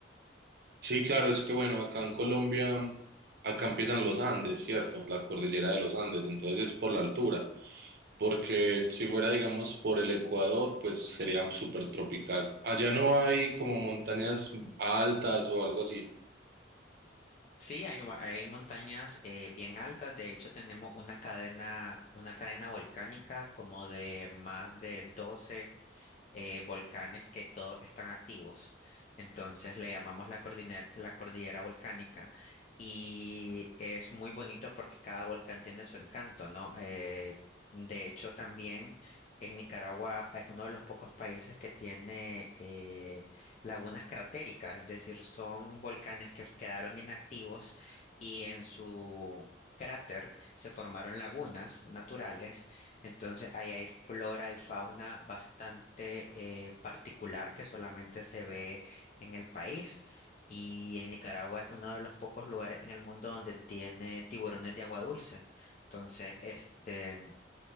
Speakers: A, on the right (about 55°); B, on the left (about 40°).
A: Sí, claro, es que bueno, acá en Colombia, acá empiezan los Andes, ¿cierto? La cordillera de los Andes, entonces es por la altura, porque si fuera, digamos, por el Ecuador, pues sería súper tropical. Allá no hay como montañas altas o algo así.
B: Sí, hay, mo- hay montañas eh, bien altas. De hecho, tenemos una cadena, una cadena volcánica como de más de 12 eh, volcanes que todos están activos. Entonces le llamamos la cordinera- la cordillera volcánica y es muy bonito porque cada volcán tiene su encanto, ¿no? Eh, de hecho, también en Nicaragua es uno de los pocos países que tiene eh, lagunas cratéricas, es decir, son volcanes que quedaron inactivos y en su... cráter se formaron lagunas naturales entonces, ahí hay flora y fauna bastante eh, particular que solamente se ve en el país. Y en Nicaragua es uno de los pocos lugares en el mundo donde tiene tiburones de agua dulce. Entonces, este